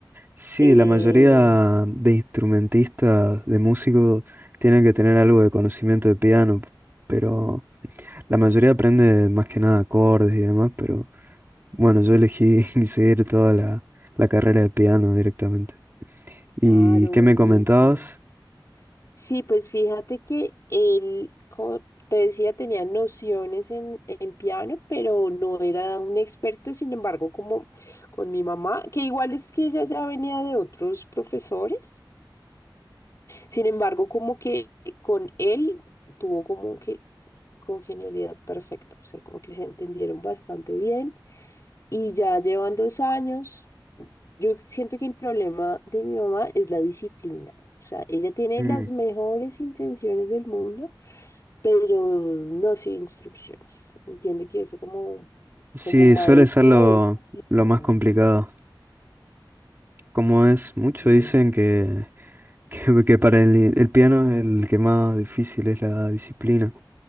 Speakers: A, on the right (about 25°); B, on the left (about 40°).
A: Sí,
B: Eh,
A: la mayoría de instrumentistas, de músicos, tienen que tener algo de conocimiento de piano, pero la mayoría aprende más que nada acordes y demás, pero... Bueno, yo elegí <laughs> seguir toda la, la carrera de piano directamente. ¿Y
B: claro,
A: qué
B: buenísimo.
A: me comentabas?
B: Sí, pues fíjate que él, como te decía, tenía nociones en, en piano, pero no era un experto, sin embargo, como con mi mamá, que igual es que ella ya venía de otros profesores, sin embargo, como que con él tuvo como que congenialidad perfecta, o sea, como que se entendieron bastante bien y ya llevan dos años. Yo siento que el problema de mi mamá es la disciplina. O sea, ella tiene
A: Mm.
B: las mejores intenciones del mundo, pero no sin instrucciones. Entiendo que eso como,
A: Sí,
B: como maestro
A: suele ser lo,
B: es complejo.
A: lo más complicado. Como es, muchos
B: Sí.
A: dicen que, <laughs> que, que para el, el piano el que más difícil es la disciplina.